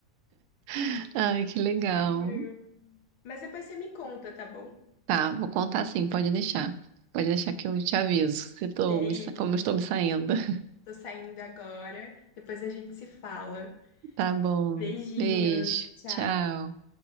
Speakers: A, on the right; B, on the left.
A: <laughs> Ai, que legal.
B: juro. Mas depois você me conta, tá bom?
A: Tá, vou contar sim, pode deixar. Pode deixar que eu te aviso se tô
B: E é
A: me,
B: isso.
A: sa- como eu estou me saindo. <laughs>
B: Tô saindo agora. Depois a gente se fala.
A: Tá bom,
B: Beijinhos.
A: beijo,
B: Tchau.
A: tchau.